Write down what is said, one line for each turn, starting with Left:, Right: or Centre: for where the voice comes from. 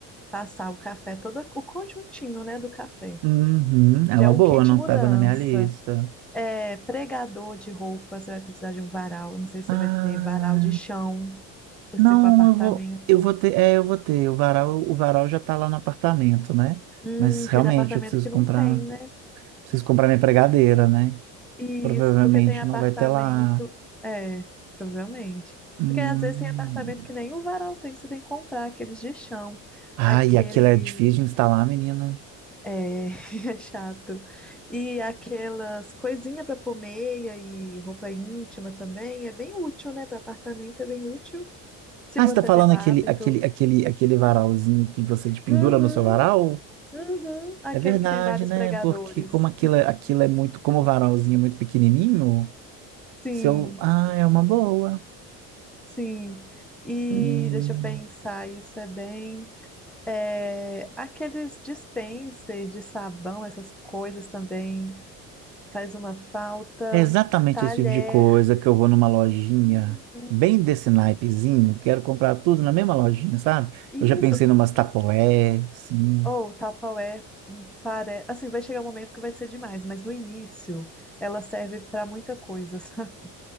Centre: passar o café, todo o conjuntinho, né, do café.
Right: Uhum, é
Centre: Já
Right: uma
Centre: é um
Right: boa,
Centre: kit
Right: não
Centre: mudança.
Right: tava na minha lista.
Centre: É, pregador de roupa, você vai precisar de um varal. eu Não sei se
Right: Ah,
Centre: você vai ter varal de chão,
Right: não,
Centre: se for apartamento.
Right: eu vou, eu vou ter, é, eu vou ter. O varal, o varal já tá lá no apartamento, né?
Centre: Hum,
Right: Mas
Centre: aquele
Right: realmente
Centre: apartamento
Right: eu preciso
Centre: que
Right: comprar,
Centre: não tem, né?
Right: preciso comprar minha pregadeira, né?
Centre: Isso,
Right: Provavelmente
Centre: porque tem apartamento.
Right: não vai ter lá.
Centre: É, provavelmente.
Right: Hum.
Centre: Porque às vezes tem apartamento que nem o varal tem, você tem que comprar aqueles de chão,
Right: Ai,
Centre: aqueles.
Right: aquilo é difícil de instalar, menina.
Centre: É, <laughs> é chato. E aquelas coisinhas para pôr meia e roupa íntima também é bem útil, né? Para apartamento é bem útil, se
Right: Ah,
Centre: você
Right: você tá falando
Centre: tem o
Right: aquele,
Centre: hábito.
Right: aquele, aquele, aquele varalzinho que você de- pendura
Centre: Uhum,
Right: no seu varal?
Centre: uhum. Aquele
Right: É verdade,
Centre: que tem vários
Right: né?
Centre: pregadores.
Right: Porque como aquilo, é- aquilo é muito, como o varalzinho é muito pequenininho,
Centre: Sim,
Right: seu, ah, é uma boa.
Centre: sim. E
Right: Hum.
Centre: deixa eu pensar, isso é bem. É, aqueles dispenser de sabão, essas coisas também faz uma falta.
Right: É exatamente
Centre: Talher.
Right: esse tipo de coisa que eu vou numa lojinha
Centre: Uhum.
Right: bem desse naipezinho, quero comprar tudo na mesma lojinha, sabe?
Centre: Isso.
Right: Eu já pensei numas tapoé, sim,
Centre: Ou Tupperware. hum, Pare... Assim, vai chegar um momento que vai ser demais, mas no início ela serve para muita coisa, <laughs> sabe?